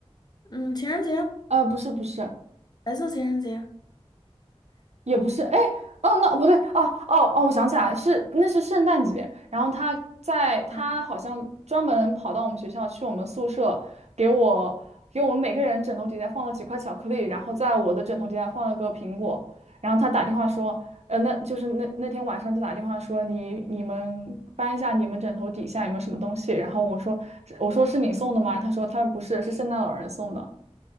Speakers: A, on the left; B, on the right.
A: 嗯，情人节，
B: 呃，不是不是，
A: 白色情人节
B: 也不是，哎，哦，那不对，哦哦哦，我想起来，是那是圣诞节，然后他在他好像专门跑到我们学校去我们宿舍，
A: 啊，
B: 给我给我们每个人枕头底下放了几块巧克力，然后在我的枕头底下放了个苹果，然后他打电话说，呃，那就是那那天晚上就打电话说你你们翻一下你们枕头底下有没有什么东西，然后我说我说是你送的吗？他说他说不是，是圣诞老人送的。